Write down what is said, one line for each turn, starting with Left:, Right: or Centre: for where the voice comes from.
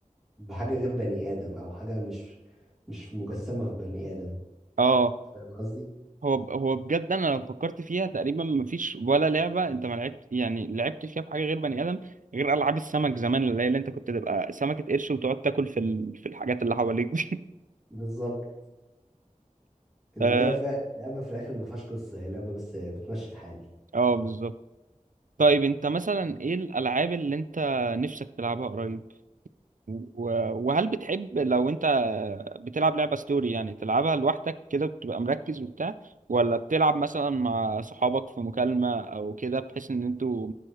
Centre: بحاجه غير بني ادم او حاجه مش مش مجسمه في بني ادم
Right: اه
Centre: فاهم قصدي
Right: هو هو بجد انا لو فكرت فيها تقريبا مفيش ولا لعبه انت ما لعبت يعني لعبت فيها بحاجه غير بني ادم غير العاب السمك زمان اللي هي اللي انت كنت تبقى سمكه قرش وتقعد تاكل في ال... في الحاجات اللي حواليك دي. <laughs>
Centre: بالظبط اللي
Right: اه
Centre: هي فعلا لعبه في الاخر ما فيهاش قصه هي لعبه بس بتمشي الحال
Right: اه بالظبط طيب انت مثلا ايه الالعاب اللي انت نفسك تلعبها قريب و- وهل بتحب لو انت بتلعب لعبة ستوري يعني تلعبها لوحدك كده بتبقى مركز وبتاع ولا بتلعب مثلا مع صحابك في مكالمة او كده بحيث ان انتوا